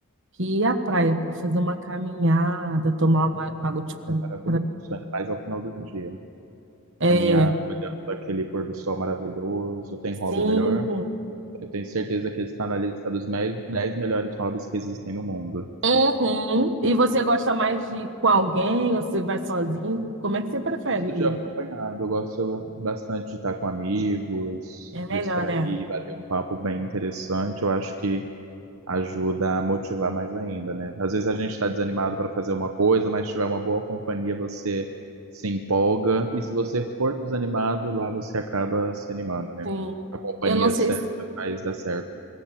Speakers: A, on the right; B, on the right.
A: que ir à praia para fazer uma caminhada, tomar uma água de coco
B: é maravilhoso, ainda mais ao final do dia.
A: É.
B: caminhar olhando aquele pôr do sol maravilhoso. Tem hobby
A: Sim.
B: melhor? Eu tenho certeza que ele está na lista dos me- 10 melhores hobbies que existem no mundo.
A: Uhum. E você gosta mais de ir com alguém ou você vai sozinho? Como é que você prefere?
B: Eu gosto
A: ir?
B: de acompanhado, eu gosto bastante de estar com amigos,
A: É melhor,
B: distrair,
A: né?
B: bater um papo bem interessante. Eu acho que ajuda a motivar mais ainda, né? Às vezes a gente está desanimado para fazer uma coisa, mas se tiver uma boa companhia, você se empolga. E se você for desanimado, lá você acaba se animando, né?
A: Sim.
B: A companhia
A: Eu não sei
B: certa
A: se,
B: faz dar certo.